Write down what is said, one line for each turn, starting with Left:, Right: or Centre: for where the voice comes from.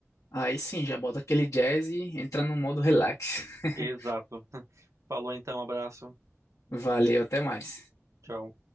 Left: Aí sim, já bota aquele jazz e entra no modo relax. <laughs>
Right: Exato. <laughs> Falou então, abraço.
Left: Valeu, até mais.
Right: Tchau.